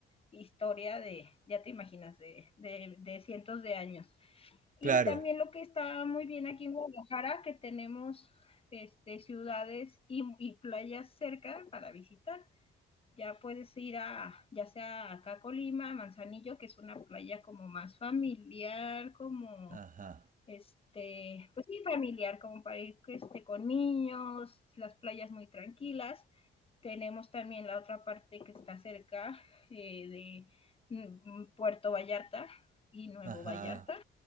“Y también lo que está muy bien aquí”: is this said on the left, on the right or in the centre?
Left